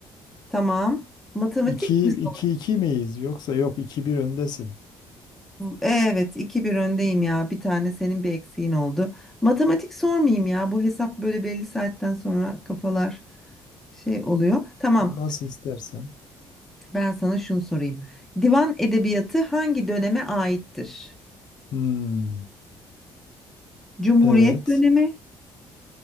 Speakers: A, in the centre; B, on the left.
A: tamam. Matematik
B: 2
A: mi sor?
B: 2 2 miyiz yoksa yok iki bir öndesin.
A: Evet, iki bir öndeyim ya. Bir tane senin bir eksiğin oldu. Matematik sormayayım ya. Bu hesap böyle belli saatten sonra kafalar şey oluyor. Tamam.
B: Tam nasıl istersen.
A: Ben sana şunu sorayım. Divan edebiyatı hangi döneme aittir?
B: Hmm,
A: Cumhuriyet
B: evet.
A: dönemi,